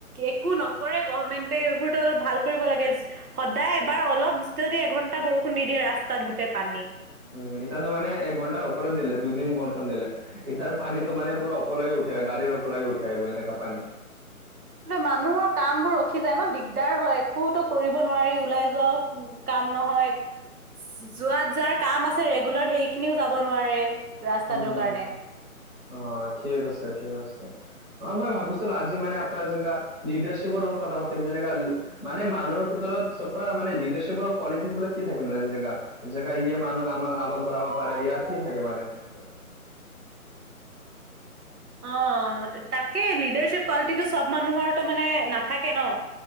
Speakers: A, on the right; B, on the right.
A: একো নকৰে গভমেন্টে। এইবোৰতো অলপ ভাল কৰিব লাগে সদায় এবাৰ অলপ যদি এঘন্টা বৰষুণ দি দিয়ে ৰাস্তাত, গোটেই পানী।
B: উম, এতিয়াতো মানে এক ঘণ্টাৰ ওপৰত দিলে। দুদিন বৰষুণ দিলে। এতিয়া আৰু পানীটো মানে পুৰা ওপৰলৈকে উঠি আহে, গাড়ীৰ ওপৰলৈকে উঠি আহিব। এনেকা পানী।
A: কিন্তু মানুহৰ কামবোৰ ৰখি যায় ন', দিগদাৰ হয়, একোতো কৰিব নোৱাৰি। ওলাই যোৱাও কাম নহয়, য- যোৱাত যাৰ কাম আছে ৰেগুলাৰ, সেইখিনিও যাব নোৱাৰে। ৰাস্তাটোৰ
B: উম - উম - উম।
A: কাৰণে
B: অ' ঠিক আছে, ঠিক আছে। অ' মই ভাবিছিলো আজি মানে আপোনাৰ যেনেকা, লিডাৰশ্বিপৰ কথা পাতিম, যেনেকা লি মানে মানুহৰ ভিতৰত চব পৰা মানে লিডাৰশ্বিপৰ কোৱালিটিজ বিলাক কি থাকে মানে যেনেকা? জেগা ইয়ে মানুহ আমাৰ আগত বঢ়াব পাৰে ইয়াৰ কি থাকে মানে এনকা?
A: অ', তাকে লীডাৰশ্বীপ কোৱালিটিটো চ'ব মানুহৰটো মানে নাথাকে ন?